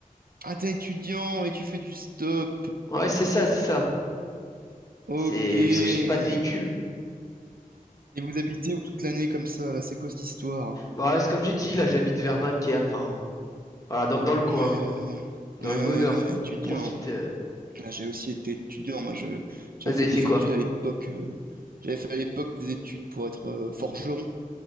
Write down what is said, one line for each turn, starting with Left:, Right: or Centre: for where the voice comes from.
Right: Ah, t'es étudiant et tu fais du stop.
Left: Ouais, c'est ça, c'est ça.
Right: Ok.
Left: C'est
Right: Et
Left: parce que j'ai pas de véhicule.
Right: vous habitez où toute l'année comme ça, là? C'est quoi cette histoire?
Left: Bah, c'est comme j'ai dit là, j'habite vers Dunkerque, enfin, voilà, dans, dans le coin,
Right: Euh,
Left: dans
Right: ouais, ouais,
Left: le bonheur.
Right: ouais, étudiant.
Left: On profite. euh.
Right: Ah, J'ai aussi été étudiant, moi, je, j'avais
Left: Ah, Vous
Right: fait
Left: avez fait
Right: des
Left: quoi?
Right: études à l'époque. euh, j'avais fait à l'époque des études pour être euh, forgeron.